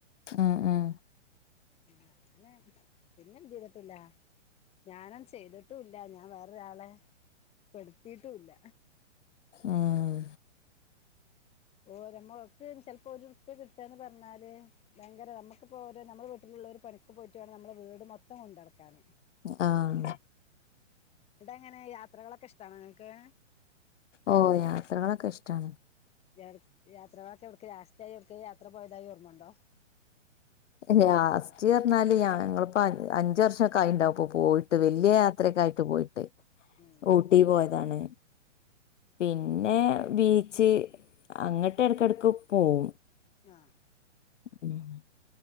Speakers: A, on the left (about 75°); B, on the left (about 15°).
A: ആഹ് ആഹ്
B: ആഹ് അങ്ങനെ പിന്നെന്തെയ്തട്ടില്ല ഞാനന്ന് ചെയ്തട്ടൂല്ല ഞാ വേറൊരാളെ പെട്ത്തീട്ടുല്ല
A: അഹ്
B: ഓര അമ്മ്ൾ ക്ക്‌ ചെലപ്പോ ഒരു റുപ്യ കിട്ടൊന്ന് പറഞ്ഞാല് ഭയങ്കര അമ്മക്കിപ്പോ ഓരൊ നമ്മള വീട്ടിലുള്ളവര് പണിക്ക് പോയ്ട്ട് വേണം നമ്മള വീട് മൊത്തം കൊണ്ടടക്കാൻ
A: ആഹ്
B: ഇതെങ്ങനെ യാത്രകളൊക്ക ഇഷ്ടാണോ നിങ്ങക്ക്
A: ഓഹ് യാത്രകളെക്ക ഇഷ്ടാണ്
B: യാട് യാത്രകളക്ക എവ്ട്ക്ക് ലാസ്റ്റായി എവിട്ക്കെല് യാത്ര പോയതായി ഓർമ്മ ഒണ്ടോ
A: ലാസ്റ്റ് അർഞ്ഞാല് ഞ ഞങ്ങളിപ്പ അഞ് അഞ്ച് വർഷക്ക ആയ്ണ്ടാവും ഇപ്പൊ പോയ് ട്ട് വെല്ലിയ യാത്രക്കായ്ട്ട് പോയ്ട്ട്
B: ഉം
A: ഊട്ടി പോയതാണ് പിന്നെ ബീച്ച് അങ്ങട്ട് എടക്കടക്ക് പോവും
B: ങാഹ്
A: അങ്ങനെയാണ്